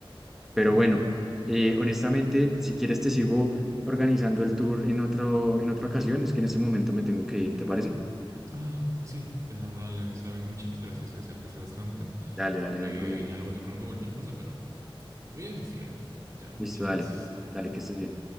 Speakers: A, in the centre; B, on the right.
A: Pero
B: Mm,
A: bueno, eh, honestamente, si quieres te sigo organizando el tour en otro, en otra ocasión. Es que en este momento me tengo que ir, ¿te parece?
B: Ah, sí, ya dale, está bien, muchas gracias, eh, se aprecia bastante.
A: Dale, dale,
B: Eh,
A: no hay problema.
B: ya luego te pregunto cualquier cosa, pero voy a investigar igual. Ya, muchas
A: Listo, dale.
B: gracias.
A: Dale,
B: ¿Listo?
A: que estés bien.